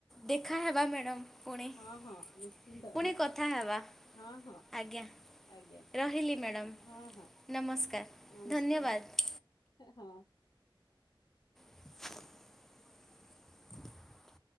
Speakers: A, in the centre; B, on the left.
A: ଦେଖା ହେବା ମ୍ୟାଡ଼ାମ୍ ପୁଣି-ପୁଣି
B: ହଁ ହଁ ନିଶ୍ଚିନ୍ତ ହଁ
A: କଥା ହେବା।
B: ହଁ ହଁ
A: ଆଜ୍ଞା।
B: ଆଜ୍ଞା
A: ରହିଲି ମ୍ୟାଡ଼ାମ୍
B: ହଁ ହଁ
A: ନମସ୍କାର୍
B: ନମସ୍କାର
A: ଧନ୍ୟବାଦ୍।
B: ହଁ।
A: <inaudible> <inaudible>